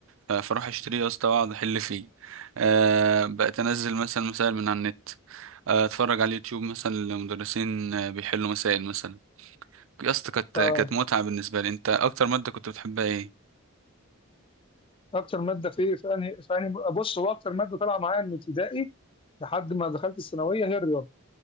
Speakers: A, on the right; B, on the left.
A: ف- فأروح أشتريه يا اسطى وأقعد أحل فيه أه بقيت أنزل مثلا مسائل من على النت آه، أتفرج على اليوتيوب مثلا لمدرسين آه، بيحلوا مسائل مثلا يا اسطى كانت
B: اه
A: كانت متعة بالنسبة لي انت اكتر مادة كنت بتحبها ايه
B: اكتر ماده في ايه في انهي في انهي بص هو اكتر ماده طالعه معايا من ابتدائي لحد ما دخلت الثانويه هي الرياضه